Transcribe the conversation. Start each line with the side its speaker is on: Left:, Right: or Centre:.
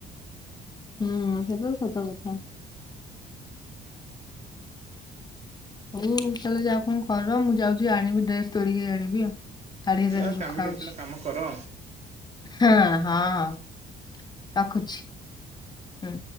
Left: ହୁଁ ସେଟା ତ କଥା। ହଉ ତାହେଲେ ଯା ଆପଣ କର। ମୁଁ ଯାଉଚି ଆଣିବି ଡ୍ରେସ୍ ତୋଳିକି ଆଣିବି ଆଉ। ଶାଢ଼ୀ ହେରିକା
Right: ଯାଅ
Left: ଶୁଖା
Right: କାମିକ
Left: ହଉଛି
Right: ପିଲା କାମ କର।
Left: ହଁ, ହଁ, ରଖୁଛି। ହୁଁ,